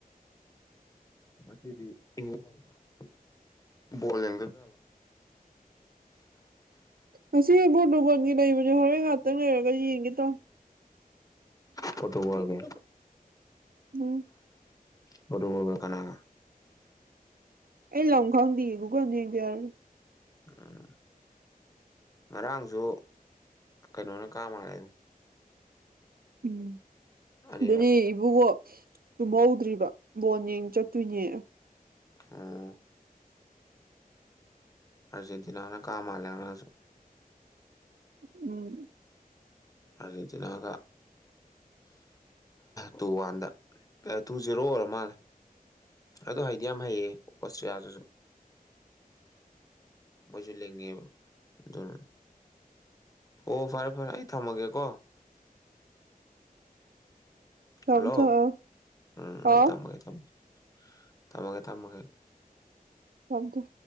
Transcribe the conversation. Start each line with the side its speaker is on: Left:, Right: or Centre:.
Left: ꯉꯁꯤꯗꯤ <unintelligible> ꯕꯣꯜ ꯌꯦꯡꯗꯖꯥꯠꯂꯣ꯫
Right: ꯉꯁꯤ ꯄꯣꯇ꯭ꯔꯨꯒꯜꯒꯤ ꯂꯩꯕꯅꯦ ꯍꯣꯔꯦꯟ ꯉꯥꯛꯇꯪ ꯂꯩꯔꯒ ꯌꯦꯡꯒꯦ ꯇꯧꯃꯤ꯫
Left: ꯄ꯭ꯔꯣꯇꯨꯒꯜꯒꯤ꯫
Right: ꯎꯝ꯫
Left: ꯄ꯭ꯔꯣꯇꯨꯒꯜꯒ ꯀꯅꯥꯒ꯫
Right: ꯑꯩ ꯂꯪ ꯈꯪꯗꯤꯌꯦ ꯒꯨꯒꯜꯗ ꯌꯦꯡꯗ ꯌꯥꯔꯣꯏ꯫
Left: ꯎꯝ ꯉꯔꯥꯡꯖꯨ ꯀꯩꯅꯣꯅ ꯀꯥ ꯃꯥꯜꯂꯦꯅꯦ꯫
Right: ꯎꯝ
Left: ꯑꯅꯤꯔꯛ
Right: ꯑꯗꯨꯗꯤ ꯏꯕꯨꯨꯡꯉꯣ ꯇꯨꯝꯍꯧꯗ꯭ꯔꯤꯕ ꯕꯣꯟ ꯌꯦꯡ ꯆꯠꯇꯣꯏꯅꯦ꯫
Left: ꯎꯝ ꯑꯔꯖꯦꯟꯇꯤꯅꯥꯅ ꯀꯥ ꯃꯥꯜꯂꯦ ꯉꯔꯥꯡꯖꯨ꯫
Right: ꯎꯝ
Left: ꯑꯔꯖꯦꯠꯇꯤꯅꯥꯒ ꯇꯨ ꯋꯥꯟꯗ ꯇꯨ ꯖꯦꯔꯣ ꯑꯣꯏꯔ ꯃꯥꯜꯂꯦ ꯑꯗꯣ ꯍꯩꯗꯤ ꯌꯥꯝ ꯍꯩꯌꯦ ꯑꯣꯁꯇ꯭ꯔꯤꯌꯥꯗꯁꯨ ꯃꯣꯏꯁꯨ ꯂꯤꯡꯉꯦꯕ ꯑꯗꯨꯅ ꯑꯣ ꯐꯔꯦ ꯐꯔꯦ ꯑꯩ ꯊꯝꯃꯒꯦꯀꯣ꯫
Right: ꯊꯝ
Left: ꯍꯜꯂꯣ
Right: ꯊꯝ
Left: ꯎꯝ
Right: ꯍꯥꯎ
Left: ꯑꯩ ꯊꯝꯃꯒꯦ ꯊꯝꯃꯒꯦ꯫ ꯊꯝꯃꯒꯦ ꯊꯝꯃꯒꯦ ꯫
Right: ꯊꯝꯃ ꯊꯝ